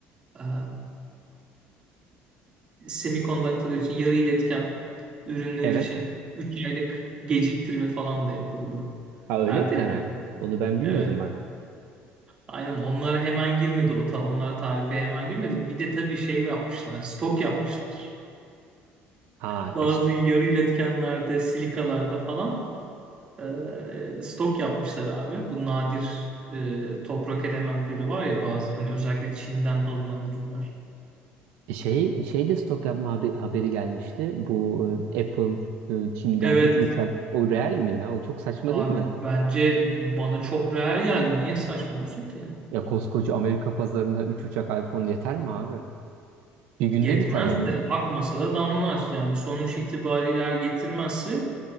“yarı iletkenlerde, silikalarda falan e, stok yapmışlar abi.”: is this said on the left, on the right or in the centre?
Right